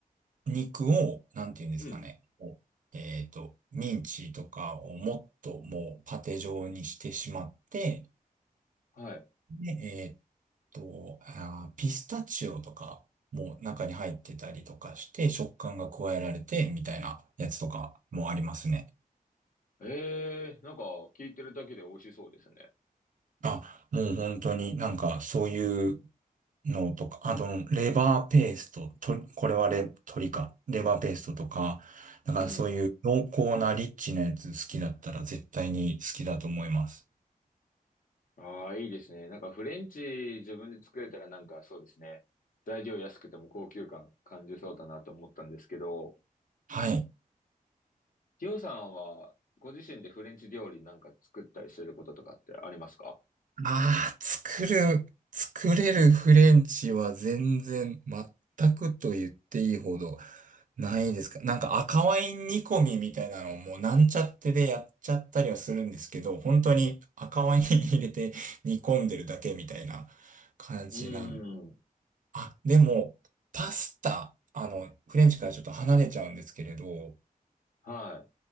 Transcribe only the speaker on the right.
肉を、なんていうんですかね。
こうえっと、ミンチとかをもっともうパテ状にしてしまって、
でえーと、あー、ピスタチオとかも中に入ってたりとかして食感が加えられてみたいなやつとかもありますね。
あ、もう本当になんかそういうのとか、あと、レバーペースト、と、これはレ、鶏か。レバーペーストとか、なんかそういう濃厚なリッチなやつ好きだったら絶対に好きだと思います。
はい。
ああ、作る、作れるフレンチは全然、全くと言っていいほどないですか。なんか赤ワイン煮込みみたいなのをもうなんちゃってでやっちゃったりはするんですけど、本当に赤ワイン入れて煮込んでるだけみたいな感じなん。
あ、でも、パスタ、あの、フレンチからちょっと離れちゃうんですけれど、